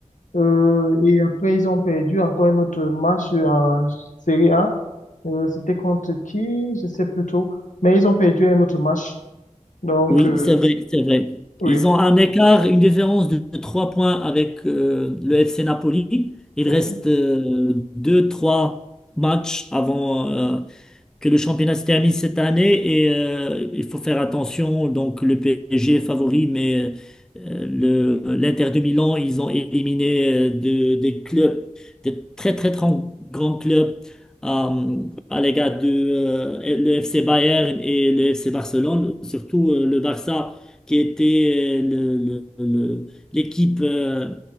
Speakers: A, on the left; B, in the centre.
A: Euh, et après, ils ont perdu encore un autre match en Serie A. Euh, c'était contre qui? Je sais plus trop. Mais ils ont perdu un autre match. Donc,
B: Oui,
A: euh,
B: c'est vrai, c'est vrai.
A: oui,
B: Ils ont un écart, une différence de de 3 points avec euh, le FC Napoli. Il
A: oui,
B: reste euh, deux trois matchs avant, euh, que le championnat se termine cette année et euh, il faut faire attention. Donc, le PSG est favori, mais euh, le, l'Inter de Milan, ils ont éliminé euh, de- des clubs, des très, très, très grands clubs euh, à l'égard de euh, le FC Bayern et le FC Barcelone, surtout euh, le Barça, qui était euh, le- le- le- l'équipe euh,